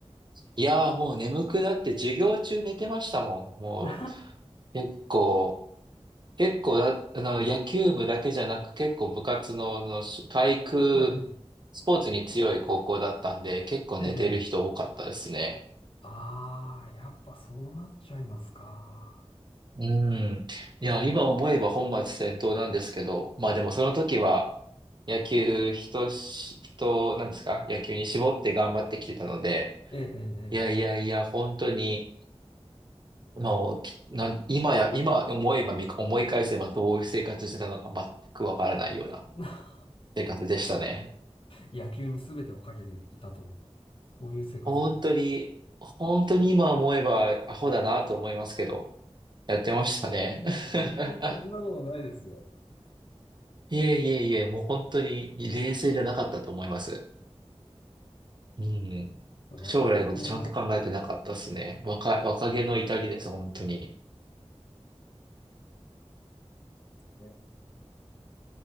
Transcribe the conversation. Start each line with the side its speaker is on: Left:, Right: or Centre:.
Right: いやーもう眠くなって授業中寝てましたもん。もう
Left: は
Right: 結構、結構だ、あの、野球部だけじゃなく結構部活の、あの、体育、
Left: い。
Right: スポーツに強い高校だったんで、結構寝てる人多かったですね。
Left: ええ。ああ、やっぱそうなっちゃいますか。
Right: うん。いや、今思えば本末転倒なんですけど、まあでもその時は野球、人し、人、なんですか野球に絞って頑張ってきてたので、
Left: ええ、
Right: いやいやいや、
Left: え
Right: 本当に、まあ、きな、今や、今思えば見、思い返せばどういう生活してたのか全くわからないような
Left: え、ええ。<laughs>
Right: 生活でしたね。
Left: 野球に全てをかけていたと。そういう生活。
Right: 本当に、
Left: ね
Right: 本当に今思えばアホだなと思いますけど、やってましたね。
Left: え、
Right: <laughs>
Left: 全然そんなことないですよ。
Right: いえいえいえ、もう本当に冷静じゃなかったと思います。うん。
Left: 私も、
Right: 将来のことちゃんと考えてなかったですね。若い、若気の至りです、本当に。
Left: ええ